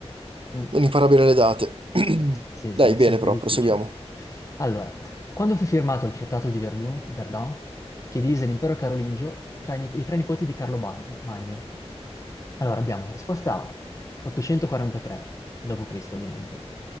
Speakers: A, on the left; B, on the right.
A: Mm.
B: non impara bene le date. <clears throat>
A: Sì,
B: Dai,
A: sì, è sempre
B: bene, però,
A: difficile.
B: proseguiamo.
A: Allora, quando fu firmato il Trattato di Verdun, Verdun, che divise l'impero carolingio tra i, nip- i tre nipoti di Carlo Bagn- Magno? Allora, abbiamo risposta A, 843 d.C., ovviamente.